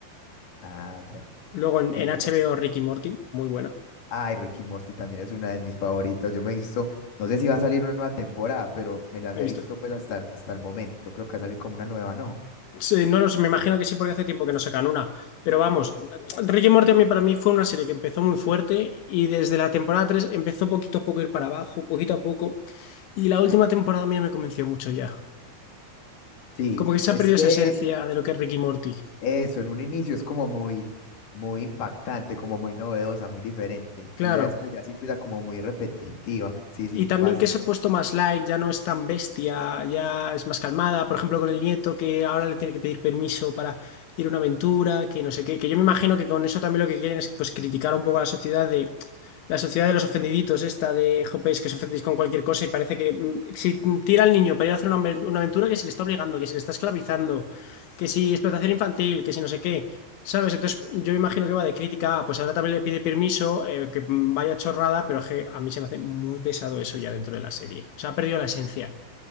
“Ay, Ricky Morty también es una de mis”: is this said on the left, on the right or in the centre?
Left